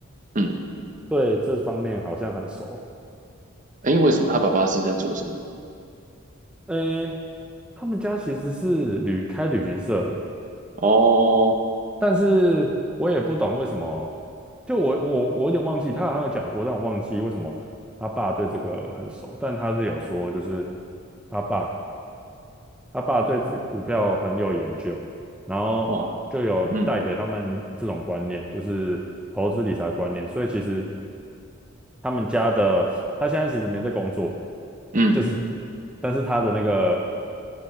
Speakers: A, on the right; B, in the centre.
A: 嗯，
B: 对这方面好像很熟。
A: 诶，为什么他爸爸是在做什么？
B: 诶，他们家其实是旅开旅行社的，
A: 哦，
B: 但是我也不懂为什么，就我我我有点忘记，他好像有讲过，但我忘记为什么他爸对这个很熟，但他是有说，就是他爸他爸对这股票很有研究，然后就有带给他们这种观念，
A: 哇，嗯
B: 就是投资理财的观念，所以其实他们家的他现在其实没在工作，
A: 嗯，
B: 就是但是他的那个